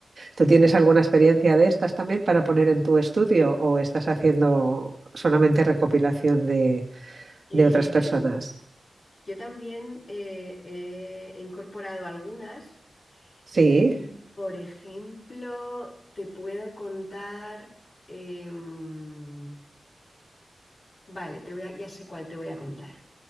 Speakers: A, on the right (about 50°); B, on the left (about 50°).
A: ¿Tú tienes alguna experiencia de estas también para poner en tu estudio o estás haciendo solamente recopilación de,
B: Em,
A: de otras personas?
B: yo también eh, eh, he incorporado algunas
A: Sí.
B: y, por ejemplo, te puedo contar... em, vale, te voy a- ya sé cuál te voy a contar.